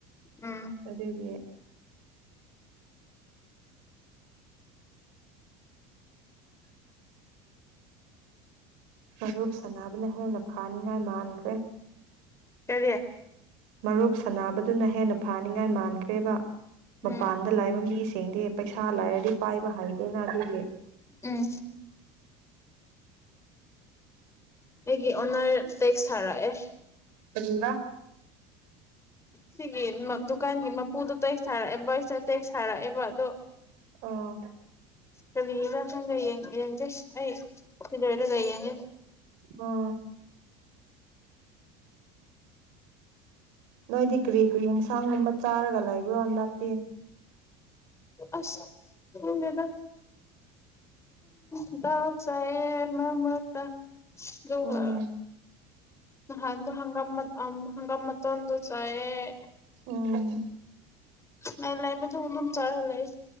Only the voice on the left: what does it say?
ꯎꯝ
ꯀꯔꯤ
ꯎꯝ
ꯎꯝ ꯑꯩꯒꯤ ꯑꯣꯅꯔ ꯇꯦꯛꯁ ꯊꯥꯔꯛꯑꯦ
ꯁꯤꯒꯤ ꯗꯨꯀꯥꯟꯒꯤ ꯃꯄꯨꯗꯣ ꯇꯦꯛꯁ ꯁꯥꯔꯛꯑꯦ ꯕꯣꯏꯁꯇ ꯇꯦꯛ ꯁꯥꯔꯛꯑꯦꯕ ꯑꯗꯣ
ꯀꯔꯤꯔꯥ ꯈꯪꯗ‌ꯦ ꯌꯦꯡꯗꯦ ꯑꯩ ꯀꯤꯂꯣꯔꯏꯒꯦ
ꯑꯥꯁ ꯈꯪꯡꯦꯗꯥ ꯝꯗꯥꯝꯁꯔ ꯅꯃꯀ ꯑꯗꯨꯗ
ꯍ ꯑ ꯍ ꯃꯣ ꯑꯗꯨ ꯆꯑ
ꯃꯕ ꯝ ꯆꯥꯔꯂ